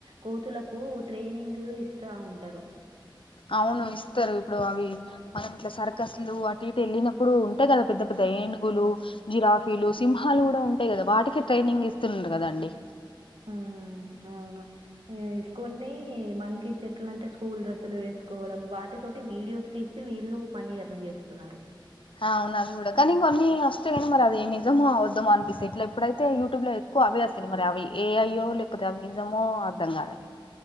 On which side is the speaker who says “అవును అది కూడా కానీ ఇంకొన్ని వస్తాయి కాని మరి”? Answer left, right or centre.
Left